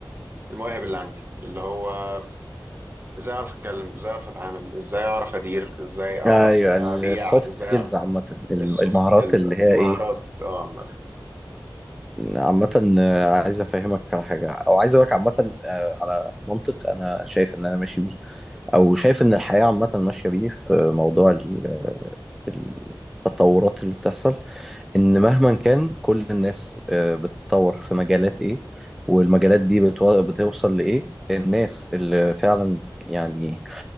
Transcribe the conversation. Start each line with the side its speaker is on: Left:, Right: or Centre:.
Right: المواهب اللي عندي اللي هو إزاي أعرف أتكلم إزاي أعرف أتعامل إزاي أعرف أدير إزاي أعرف
Centre: ايوه
Right: أبيع
Centre: السوفت
Right: إزاي
Centre: سكيلز عامة المهارات
Right: السوفت سكيلز
Centre: اللي هي
Right: المهارات
Centre: ايه
Right: اه عامة.
Centre: عامة آه، عايز أفهمك على حاجة أو عايز أقولك عامة آه، على منطق أنا شايف إن أنا ماشي بيه أو شايف إن الحياة عامة ماشية بيه في موضوع ال- ال- التطورات اللي بتحصل إن مهما كان كل الناس آه، بتتطور في مجالات إيه والمجالات دي بتو- بتوصل لإيه الناس اللي فعلا يعني